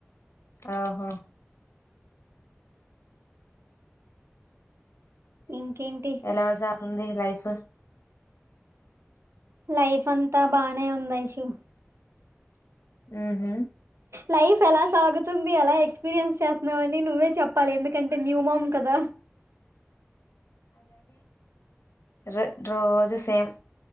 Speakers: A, on the left; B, on the right.
A: ఓహో
B: ఇంకేంటి
A: ఎలాసాగుతుంది లైఫ్
B: లైఫ్ అంతా బానే ఉంది ఐషు
A: హుమ్ హు
B: లైఫ్ ఎలా సాగుతుంది ఎలా ఎక్స్పీరియన్స్ చేస్తున్నావని నువ్వే చెప్పాలి ఎందుకంటే న్యూ మామ్ కదా
A: ర రోజు సేమ్